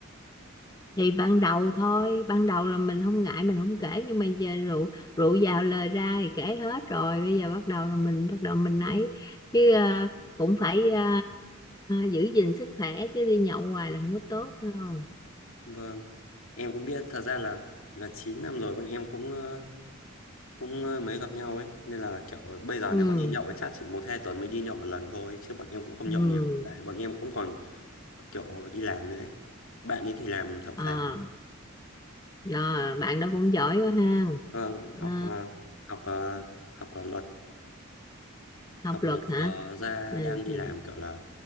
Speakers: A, on the left; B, on the left.
A: thì ban đầu thôi ban đầu là mình không ngại mình không kể nhưng mà giờ rượu rượu vào lời ra thì kể hết rồi bây giờ bắt đầu là mình bắt đầu mình ấy chứ ờ, cũng phải ờ, giữ gìn sức khỏe chứ đi nhậu hoài là không có tốt đâu
B: Vâng. Em cũng biết thật ra là là 9 năm rồi bọn em cũng ờ, cũng ờ, mới gặp nhau ấy, nên là kiểu bây giờ
A: ừ
B: nếu có đi nhậu thì chắc chỉ một hai tuần mới đi nhậu một lần thôi, chứ bọn em cũng không
A: ừ
B: nhậu nhiều, tại bọn em cũng còn kiểu đi làm nữa ấy. Bạn ấy thì làm thẩm phán,
A: à, rồi bạn đó cũng giỏi quá ha
B: vâng, học
A: Ờ,
B: ờ, học ờ, học ờ, luật
A: học
B: học
A: luật
B: luật
A: hả
B: giờ ra
A: ừ.
B: đang đi
A: ừ.
B: làm kiểu là